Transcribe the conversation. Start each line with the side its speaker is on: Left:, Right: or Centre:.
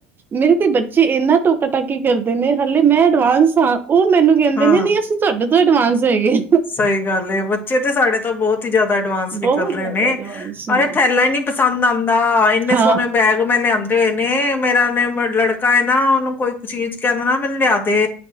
Right: ਮੇਰੇ ਤੇ ਬੱਚੇ ਇਨਾ ਤੋਂ ਪਤਾ ਕਿ ਕਰਦੇ ਨੇ ਹਾਲੇ ਮੈਂ ਅਡਵਾਂਸ ਆ ਉਹ ਮੈਨੂੰ ਕਹਿੰਦੇ
Left: ਹਾਂ
Right: ਨੇ ਨਹੀਂ ਅਸੀਂ ਤੁਹਾਡੇ ਐਡਵਾਂਸ ਹੈਗੇ
Left: ਸਹੀ ਗੱਲ ਹੈ। ਬੱਚੇ ਤੇ ਸਾਡੇ ਤੋਂ ਬਹੁਤ ਜਿਆਦਾ ਐਡਵਾਂਸ ਨਿਕਲ
Right: ਬਹੁਤ
Left: ਰਹੇ
Right: ਜ਼ਿਆਦਾ
Left: ਨੇ,
Right: ਐਡਵਾਂਸ
Left: ਪਰ
Right: ਨੇ
Left: ਇਹ ਥੈਲਾ ਹੀ ਨੀ <inaudible> ਦਾ ਇੰਨੇ
Right: ਹਾਂ।
Left: ਸੋਹਣੇ ਬੈਗ ਮੈਂ ਲਿਆਦੇ ਹੋਏ ਨੇ ਮੇਰਾ ਨੇ ਲੜਕਾ ਏ ਨਾ ਉਹਨੂੰ ਕੋਈ ਚੀਜ਼ ਕਹਿੰਦਾ ਨਾ ਮੈਨੂੰ ਲਿਆਦੇ